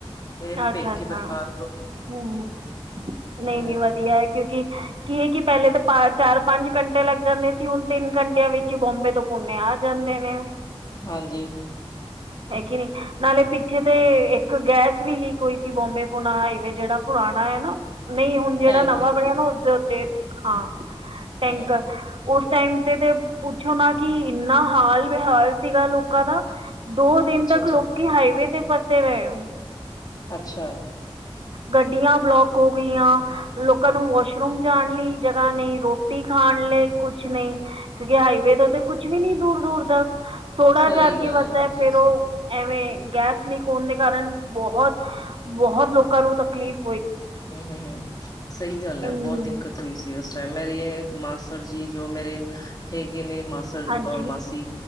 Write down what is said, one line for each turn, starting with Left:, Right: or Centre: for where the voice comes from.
Left: ਮੇਰੇ
Right: ਅੱਛਾ-ਅੱਛਾ
Left: ਪੇਕੇ ਪਰਿਵਾਰ
Right: ਹੂੰ,
Left: ਤੋਂ
Right: ਨਹੀਂ
Left: ਹੂੰ
Right: ਨੀ ਵਧੀਆ ਕਿਉਂਕਿ ਕੀ ਇਹ ਕਿ ਪਹਿਲੇ ਤਾਂ ਚਾਰ-ਪੰਜ ਘੰਟੇ ਲੱਗ ਜਾਂਦੇ ਸੀ, ਹੁਣ ਤਿੰਨ ਘੰਟਿਆਂ ਵਿੱਚ ਹੀ ਬੋਂਬੇ ਤੋਂ ਪੁੰਨਿਆ। ਆ ਜਾਂਦੇ ਨੇ,
Left: ਹਾਂਜੀ,
Right: ਹੈਗੀ ਨੀ ਨਾਲੇ ਪਿੱਛੇ ਤੇ ਇੱਕ ਗੈਰ, ਵੀ ਲੀਕ ਹੋਈ ਸੀ, ਬੋਬੇ ਪੁੁਣਾ ਹਾਈਵੇ ਜਿਹੜਾ ਪੁਰਾਣਾ ਹੈ ਨਾ, ਨਹੀਂ ਹੁਣ ਜਿਹੜਾ
Left: ਟੈਂਕਰ
Right: ਨਵਾਂ ਬਣਿਆ ਨਾ ਉਸਦੇ ਉੱਤੇ ਹਾਂ ਟੈਂਕਰ
Left: ਹੂੰ
Right: ਉਸ ਟਾਈਮ ਤੇ ਤੇ ਪੁੱਛੋ ਨਾ ਕਿ, ਇੰਨਾ ਹਾਲ ਬੇਹਾਲ। ਸੀਗਾ ਲੋਕਾਂ ਦਾ ਦੋ ਦਿਨ
Left: ਅੱਛਾ
Right: ਤੱਕ ਲੋਕੀ
Left: ਜੀ
Right: ਹਾਈਵੇ ਤੇ ਫਸੇ ਰਹੇ।
Left: ਅੱਛਾ,
Right: ਗੱਡੀਆਂ ਬਲੋਕ ਹੋ ਗਈਆਂ, ਲੋਕਾਂ ਨੂੰ ਵਾਸ਼ਰੂਮ ਜਾਣ ਲਈ। ਨਹੀਂ ਰੋਟੀ ਖਾਣ ਲਈ ਕੁਛ ਨੀ, ਕਿਉਂਕਿ ਹਾਈਵੇ ਤੋਂ ਤੇ ਕੁਛ ਵੀ ਨਹੀਂ ਦੂਰ-ਦੂਰ ਤੱਕ। ਥੋੜਾ
Left: ਸਹੀ
Right: ਜਿਹਾ ਅੱਗੇ
Left: ਗੱਲ
Right: ਵੱਧਦਾ
Left: ਹਾਂਜੀ
Right: ਹੈ ਫੇਰ ਉਹ, ਐਵੇਂ ਗੈਸ ਲੀਕ ਹੋਣ ਦੇ ਕਾਰਨ ਬਹੁਤ-ਬਹੁਤ ਲੋਕਾਂ ਨੂੰ ਤਕਲੀਫ਼
Left: ਹੂੰ-ਹੂੰ-ਹੂੰ, ਸਹੀ ਗੱਲ ਹੈ
Right: ਇੰਨੀ
Left: ਬਹੁਤ ਦਿੱਕਤ ਹੋਈ ਸੀ ਉਸ ਟਾਈਮ, ਮੇਰੇ ਮਾਸੜ ਜੀ ਜੋ ਮੇਰੇ ਹੈਗੇ, ਨੇ ਮਾਸੜ
Right: ਹਾਂਜੀ
Left: ਔਰ ਮਾਸੀ,